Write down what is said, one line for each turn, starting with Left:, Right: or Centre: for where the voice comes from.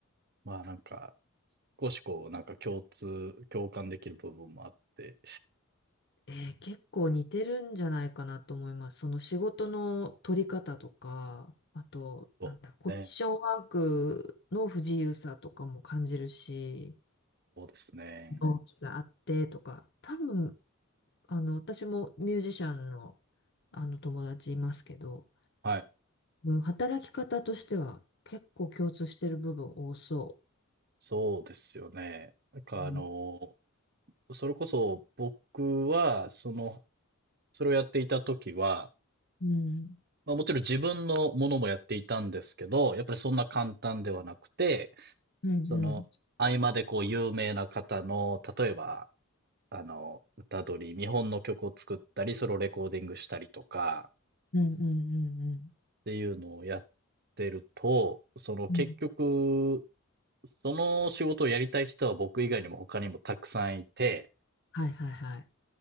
Right: まあなんか、少しこう、なんか共通、共感できる部分もあって、
Left: えー結構似てるんじゃないかなと思います。その仕事の取り方とか、あと、
Right: そうですね。
Left: なんだろう、コミッションワークの不自由さとかも感じるし、
Right: そうですね。
Left: 同期があってとか、多分、あの、私もミュージシャンの、あの友達いますけど、
Right: はい。
Left: うん働き方としては結構共通してる部分多そ
Right: そうですよね。なんかあの、
Left: う。うん。
Right: それこそ僕は、その、それをやっていた時は、
Left: うん
Right: まあもちろん自分のものもやっていたんですけど、やっぱりそんな簡単ではなくて、
Left: うんうん
Right: その、合間でこう有名な方の、例えば、あの、歌取り、日本の曲を作ったり、ソロレコーディングしたりとか、
Left: うんうんうん
Right: っていうのをやってると、その結局、
Left: うん。
Right: その仕事をやりたい人は僕以外にも他にもたくさんいて、
Left: はいはいはい。